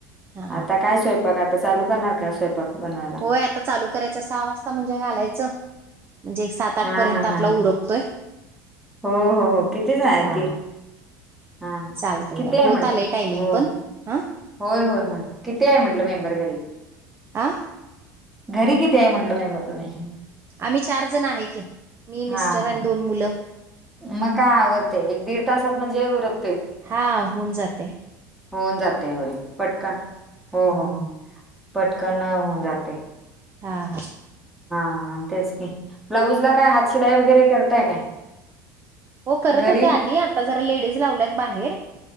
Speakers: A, on the right (about 25°); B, in the centre.
A: हा
B: आता काय स्वयंपाक, आता चालू करणार का स्वयंपाक बनवायला?
A: व्हय आता चालू करायचं सहा वाजता म्हणजे घालायचं, म्हणजे सात आठ
B: हा
A: पर्यंत
B: हा
A: आपला
B: हा
A: उरकतोय,
B: हो हो हो कितीच आहे
A: हा
B: ती हा हा
A: चालतया
B: किती आहे
A: होत
B: म्हण
A: आलेय टायमिंग
B: हो
A: पण, हा.
B: होय होय होय, किती आहे म्हटलं मेंबर घरी?
A: आ?
B: घरी किती आहे म्हटलं मेंबर तुम्ही?
A: आम्ही चार जण आहे की, मी मिस्टर
B: हा हा
A: आणि दोन मुलं.
B: मग काय आवरते, एक दीड तासात म्हणजे उरक
A: हां होऊन जातय.
B: होऊन जाते होय पटकन हो
A: हम्म
B: हो हो पटकन अ होऊन जातय.
A: हां हां
B: हां हां तेच की, ब्लाऊज ला काय हातशिलाई वगैरे करताय काय?
A: हो करत
B: घरी
A: होते आधी आता जरा लेडीज लावल्यात बाहेर